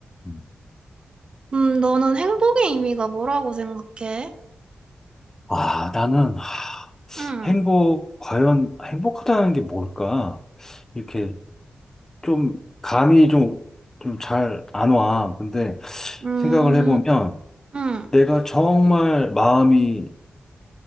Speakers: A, on the left; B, on the right.
A: 음.
B: 음, 너는 행복의 의미가 뭐라고 생각해?
A: 아, 나는, 하,
B: 응,
A: 행복, 과연 행복하다는 게 뭘까? 이렇게 좀, 감이 좀, 좀 잘 안 와. 근데
B: 음,
A: 생각을 해보면
B: 응,
A: 내가 정말 마음이